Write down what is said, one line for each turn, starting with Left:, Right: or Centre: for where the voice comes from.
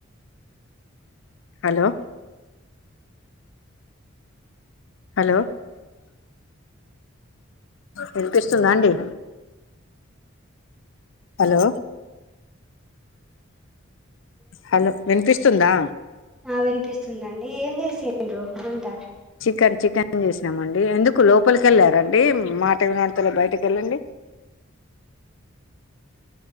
Left: హలో హలో వినిపిస్తుందా అండి హలో హలో విన్పిస్ స్తుందా
Centre: ఆ వినిపిస్తుందండి ఏం చేసిన్రు వంట
Left: చికెన్ చికెన్ చేసినామండి ఎందుకు లోపలికి వెళ్లారండి మాట వినాబడుతలే బయటకి వెళ్ళండి
Centre: <inaudible>